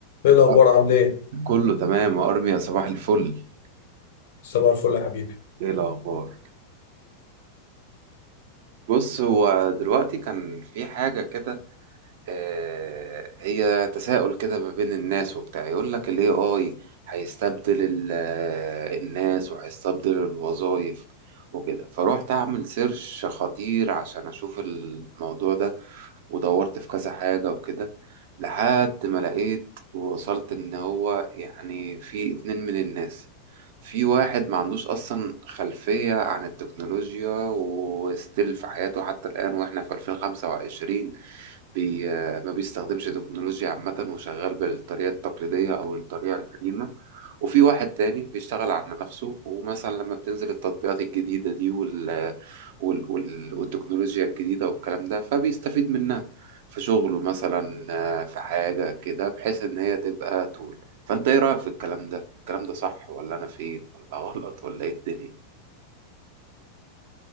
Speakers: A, on the left; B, on the right.
A: ايه الاخبار
B: أه،
A: عامل ايه
B: كله تمام يا ارميا صباح الفل
A: صباح الفل يا حبيبي
B: ايه الاخبار بص هو دلوقتي كان في حاجه كده آه، هي تساؤل كده ما بين الناس وبتاع يقول لك ال AI هيستبدل ال- آه، الناس وهيستبدل الوظائف وكده فروحت أعمل سيرش خطير عشان أشوف الموضوع ده ودورت في كذا حاجة وكده لحد ما لقيت ووصلت إن هو يعني في اتنين من الناس في واحد ما عندوش أصلا خلفية عن التكنولوجيا وستيل في حياته حتى الآن وإحنا في 2025 بي ما بيستخدمش تكنولوجيا عامة وشغال بالطريقة التقليدية أو الطريقة القديمة وفي واحد تاني بيشتغل على نفسه ومثلا لما بتنزل التطبيقات الجديدة دي وال... وال... وال... والتكنولوجيا الجديدة والكلام ده فبيستفيد منها في شغله مثلا آه، في حاجة كده بحيث إن هي تبقى طول فأنت إيه رأيك في الكلام ده؟ الكلام ده صح ولا أنا فين ولا غلط ولا إيه الدنيا؟